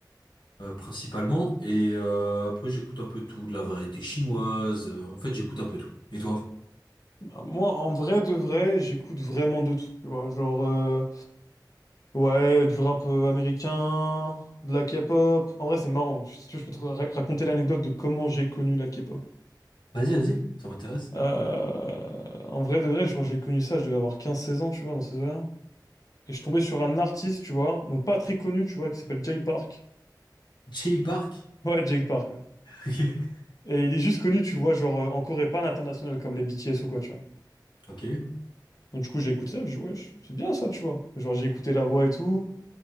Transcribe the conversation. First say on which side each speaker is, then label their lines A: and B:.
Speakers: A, on the left (about 85°); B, on the left (about 50°).
A: euh, principalement. Et euh, après, j'écoute un peu de tout, de la variété chinoise. euh, en fait, j'écoute un peu tout. Et toi?
B: Bah, Moi, en vrai de vrai, j'écoute vraiment de tout, tu vois. Genre, euh, ouais, du rap euh, américain, de la K-pop. En vrai, c'est marrant. Si tu veux, je peux te ra- raconter l'anecdote de comment j'ai connu la K-pop.
A: Vas-y, vas-y, ça m'intéresse.
B: Euh, en vrai de vrai, genre, j'ai connu ça, je devais avoir quinze seize ans, tu vois, dans ces eaux-là. Et je tombais sur un artiste, tu vois, donc pas très connu, tu vois, qui s'appelle Jay Park.
A: Jay Park?
B: Ouais, Jake Park, ouais.
A: <laughs>
B: Et il est juste connu, tu vois, genre euh, en Corée, pas à l'international comme les BTS ou quoi, tu vois.
A: Ok,
B: Donc du coup, j'ai écouté ça, je dit wesh, c'est bien ça, tu vois. Genre, j'ai écouté la voix et tout.